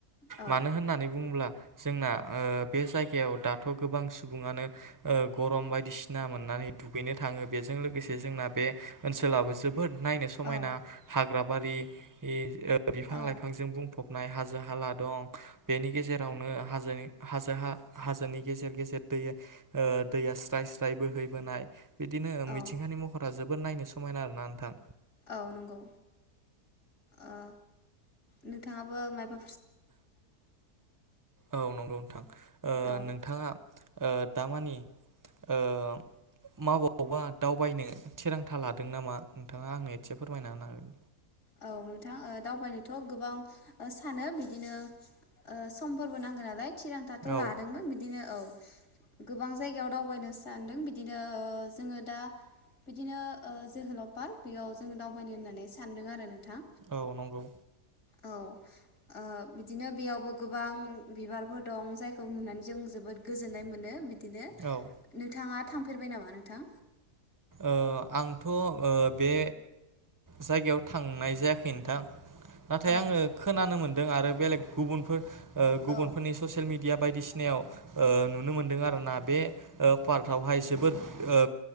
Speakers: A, on the left (about 60°); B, on the right (about 20°).
A: औ
B: मानो होननानै बुङोब्ला जोंना ओ बे जाय गायाव दाथ' गोबां सुबुङानो ओ गरम बायदिसिना मोननानै दुगैनो थाङो बेजों लोगोसे जोंना बे ओनसोलाबो जो बोद नायनो समायना
A: औ
B: हा ग्राबारि इ ओ बिफां-लाइफांजों
A: औ
B: बुंफब नाय हाजो हाला दं बेनि गेजेरावनो हाजोनि हाजो हा हाजोनि गेजेर गेजेर दैया ओ दैया स्राय स्राय बोहैबोनाय बिदिनो
A: औ
B: मिथिंगानि महरा जो बोद नायनो समायना आरोना नोंथां।
A: औ नंगौ ओ नोंथाङाबो मायबा
B: औ नंगौ नोंथां ओ
A: औ
B: नोंथाङा ओ दामानि ओ माबावबा दावबायनो थिरांथा लादों नामा नोंथाङा आंनो एसे फोरमायना होनो हागोन।
A: औ नोंथां ओ दावबायनोथ' गोबां ओ सानो बिदिनो ओ समफोरबो नांगो नालाय थिरांथाथ'
B: हागोन औ
A: लादोंमोन बिदिनो औ गोबां जायगायाव दावबायनो सानदों बिदिनो जोङो दा बिदिनो ओ जोहोलाव पार्क बेयाव जोङो दावबायनो होननानै सानदों आरो नोंथां
B: औ नंगौ
A: औ ओ बिदिनो बेयावबो गोबां बिबारफोर दं जायखौ नुनानै जों जोबोद गोजोन्नाय मोनो बि दिनो
B: औ ओ
A: नोंथाङा थांफेरबाय नामा नोंथां
B: ओ आंथ' ओ बे जायगायाव थांनाय जायाखै नोंथां। नाथाय
A: औ
B: आङो खोनानो मोन दों आरो बेलेग गुबुनफोर ओ गुबुनफोरनि
A: औ
B: ससियेल मिडिया बायदिसिनायाव नुनो मोनदों आरोना बे ओ पार्कआवहाय जोबोद ओ